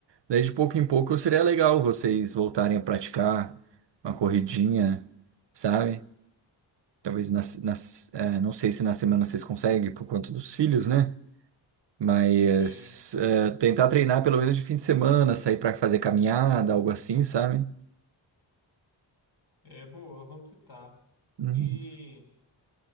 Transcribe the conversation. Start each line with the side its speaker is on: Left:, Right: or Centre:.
Right: Daí de pouco em pouco seria legal vocês voltarem a praticar uma corridinha, sabe? Talvez nas, nas, eh, não sei se na semana vocês conseguem por conta dos filhos, né? Mas
Left: É,
Right: eh, tentar treinar pelo menos de fim de semana, sair para fazer caminhada, algo assim, sabe?
Left: é boa, vamos tentar.
Right: Hum.
Left: E